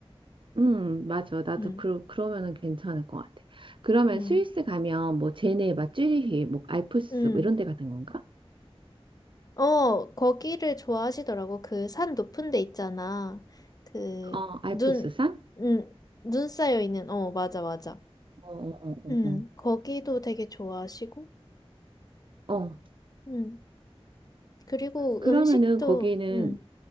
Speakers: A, on the right; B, on the left.
A: 음, 맞아. 나도
B: 음,
A: 그러, 그러면은 괜찮을 것 같아. 그러면
B: 음,
A: 스위스 가면 뭐 제네바, 찌리히, 뭐 알프스
B: 음.
A: 뭐 이런 데 같은 건가?
B: 어, 거기를 좋아하시더라고. 그 산 높은 데 있잖아. 그,
A: 어, 알프스산?
B: 눈, 음, 눈 쌓여 있는, 어, 맞아, 맞아.
A: 어, 어, 어,
B: 음,
A: 어.
B: 거기도 되게 좋아하시고,
A: 어, 어,
B: 음, 그리고
A: 그러면은
B: 음식도,
A: 거기는
B: 음,